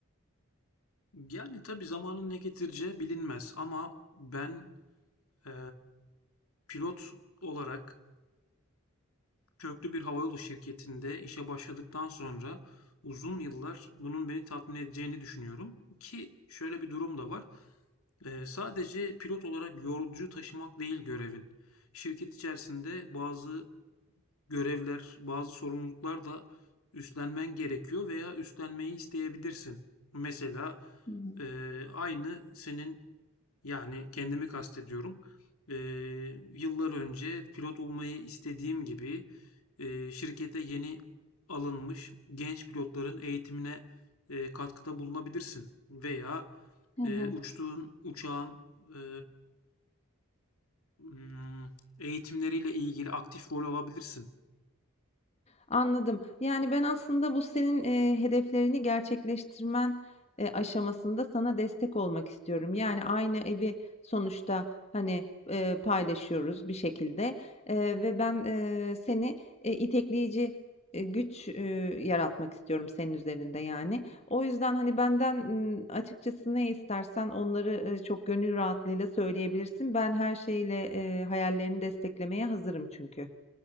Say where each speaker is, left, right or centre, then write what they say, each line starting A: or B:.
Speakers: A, on the left (about 85°); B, on the left (about 30°).
A: Yani tabii zamanın ne getireceği bilinmez ama ben e, pilot olarak köklü bir havayolu şirketinde işe başladıktan sonra uzun yıllar bunun beni tatmin edeceğini düşünüyorum ki şöyle bir durum da var. Ee, sadece pilot olarak yolcu taşımak değil görevin. Şirket içerisinde bazı görevler, bazı sorumluluklar da üstlenmen gerekiyor veya üstlenmeyi isteyebilirsin. Mesela
B: Hı hı.
A: e, aynı senin yani kendimi kastediyorum. E, yıllar önce pilot olmayı istediğim gibi e, şirkete yeni alınmış genç pilotların eğitimine e, katkıda bulunabilirsin veya
B: Hı hı.
A: e, uçtuğun uçağın e, Hmm, eğitimleriyle ilgili aktif rol alabilirsin.
B: Anladım. Yani ben aslında bu senin e, hedeflerini gerçekleştirmen e, aşamasında sana destek olmak istiyorum. Yani aynı evi sonuçta hani e, paylaşıyoruz bir şekilde E, ve ben e, seni e, itekleyici e, güç e, yaratmak istiyorum senin üzerinde yani. O yüzden hani benden m, açıkçası ne istersen onları e, çok gönül rahatlığıyla söyleyebilirsin. Ben her şeyle e, hayallerini desteklemeye hazırım çünkü.